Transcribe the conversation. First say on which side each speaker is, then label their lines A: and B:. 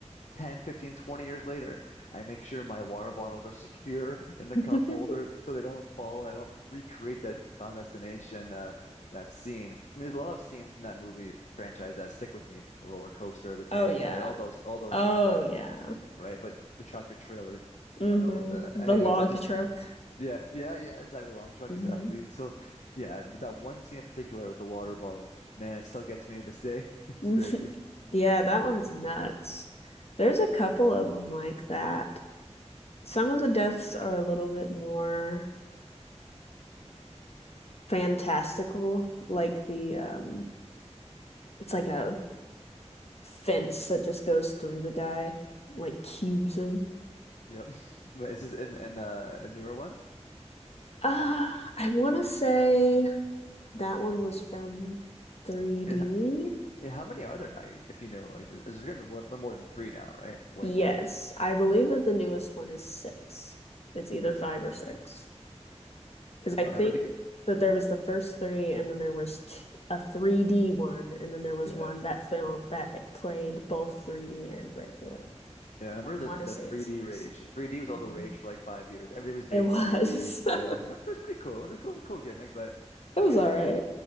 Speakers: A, on the left; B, on the left.
A: 10, 15, 20 years later, I make sure my water bottles are <laughs> secure in the
B: <laughs>
A: cup holder so they don't fall. I don't recreate that Final Destination, uh, that scene. I mean, there's a lot of scenes from that movie franchise that stick with me. The roller coaster, the tanning
B: Oh yeah.
A: bed, all those, all those
B: Oh
A: things. But
B: yeah.
A: right, but the tractor trailer,
B: hmm
A: I don't know. Uh,
B: The
A: anyways,
B: log
A: but just
B: truck.
A: yeah, yeah, yeah, exactly. The log truck,
B: hmm
A: exactly. So yeah, but that one scene in particular with the water bottle, man, it still gets me to this day. <laughs> It's
B: <laughs>
A: crazy.
B: Yeah, that one's nuts. There's a couple of them like that. Some of the deaths are a little bit more fantastical, like the um it's like a fence that just goes through the guy, like cubes him.
A: Yep. <laughs> But is this in, in uh, the newer ones?
B: Uh, I want to say that one was from 3D.
A: Yeah, yeah. How many are there now? If you know, like, there's gonna be more, way more than three now, right? Way
B: Yes,
A: more.
B: I believe
A: Yeah.
B: that the newest one is six. It's either five or six. Because I
A: Oh,
B: think
A: yeah, but the, g-
B: that there was the first three, and then there was t a 3D one, and then there was
A: yeah,
B: one that film that it played both 3D and regular.
A: yeah. I remember
B: I want
A: the
B: to
A: the
B: say
A: 3D
B: it's six.
A: rage. 3D was all
B: Mhm.
A: the rage for like five years. Everything was
B: It
A: made
B: was.
A: in 3D.
B: <laughs>
A: Yeah, it was, it was pretty cool. It was a cool, cool gimmick. But
B: It
A: I
B: was
A: guess
B: all
A: actually,
B: right.